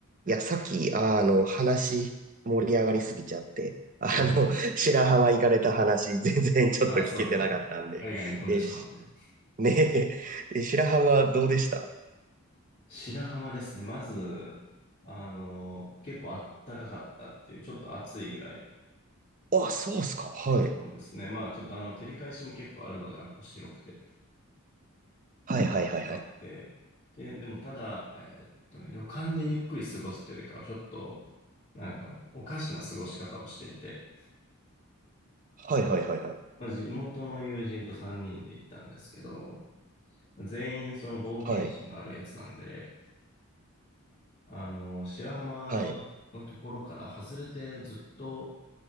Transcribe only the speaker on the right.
いや、さっき、あの、話、盛り上がりすぎちゃって、あの、
<laughs> 白浜行かれた話、全然ちょっと聞けてなかったんで、
え、しねえ、え白浜どうでした
あ、そうっすか。はい。
はいはいはいはい。
はいはいはいはい。
はい。
はい。